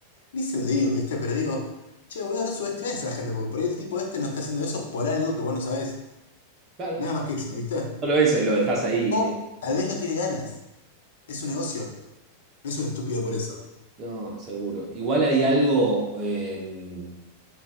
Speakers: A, on the left; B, on the right.
A: Ni se lo digo, ¿viste? Pero digo, che, boludo, no subestimes a la gente, porque por ahí el tipo este no está haciendo eso por algo que vos no sabés.
B: Claro.
A: Nada más que eso, ¿viste?
B: Solo eso y lo dejás ahí,
A: O tal vez no tiene ganas. Es un negocio. No es un estúpido por eso.
B: No, seguro. Igual hay algo en